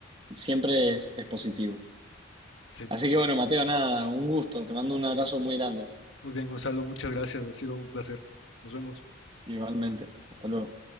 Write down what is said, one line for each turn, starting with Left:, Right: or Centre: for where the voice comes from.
Right: siempre es, es positivo.
Left: sí.
Right: Así que bueno, Mateo, nada, un gusto. Te mando un abrazo muy grande.
Left: Muy bien, Gonzalo, muchas gracias, ha sido un placer. Nos vemos.
Right: Igualmente. Hasta luego.